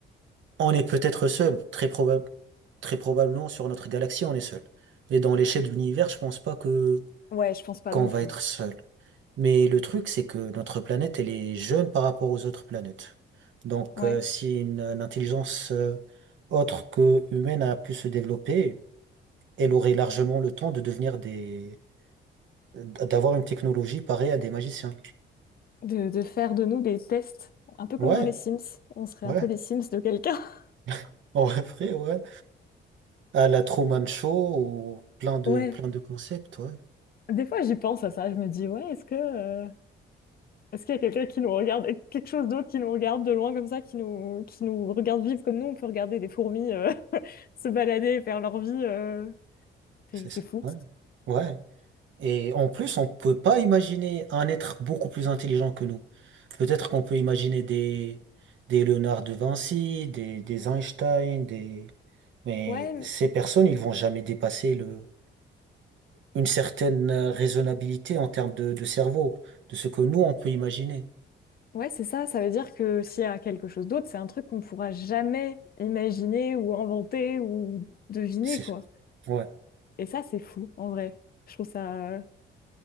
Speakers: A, on the right (about 70°); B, on the left (about 50°).
A: on est peut-être seul. Très probab- très probablement sur notre galaxie, on est seul. Mais dans l'échelle de l'univers, je pense pas que
B: Ouais, je pense pas
A: qu'on
B: non
A: va
B: plus.
A: être seul. Mais le truc, c'est que notre planète, elle est jeune par rapport aux autres planètes. Donc,
B: Ouais.
A: euh, si une, une intelligence euh, autre que humaine a pu se développer, elle aurait largement le temps de devenir des, d'avoir une technologie pareille à des magiciens.
B: De, de faire de nous des tests, un peu
A: Ouais,
B: comme dans les Sims. On serait
A: ouais,
B: un peu les Sims de quelqu'un. <laughs>
A: <laughs> en vrai, ouais. À la Truman Show ou plein de,
B: Ouais.
A: plein de concepts, ouais.
B: Des fois, j'y pense à ça. Je me dis, ouais, est-ce que, euh, est-ce qu'il y a quelqu'un qui nous regarde, quelque chose d'autre qui nous regarde de loin comme ça, qui nous, qui nous regarde vivre comme nous, on peut regarder des fourmis euh, <laughs> se balader et faire leur vie. euh,
A: C'est
B: C'est c'est
A: ça,
B: fou.
A: ouais. Ouais. Et en plus, on peut pas imaginer un être beaucoup plus intelligent que nous. Peut-être qu'on peut imaginer des, des Léonard de Vinci, des, des Einstein, des... Mais
B: Ouais,
A: ces personnes, ils vont jamais dépasser le, une certaine euh, raisonnabilité en termes de, de cerveau, de ce que nous, on peut imaginer.
B: ouais, c'est ça. Ça veut dire que s'il y a quelque chose d'autre, c'est un truc qu'on ne pourra jamais imaginer ou inventer ou deviner,
A: C'est,
B: quoi.
A: ouais,
B: Et ça, c'est fou, en vrai. Je trouve ça...